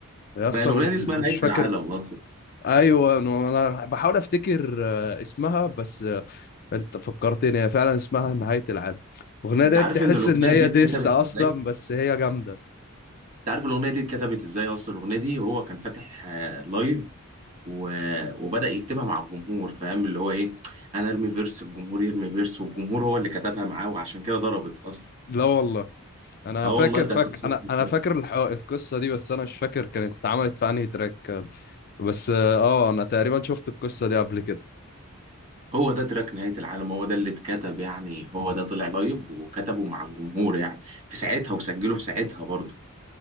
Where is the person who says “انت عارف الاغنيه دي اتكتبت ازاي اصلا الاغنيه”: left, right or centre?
Right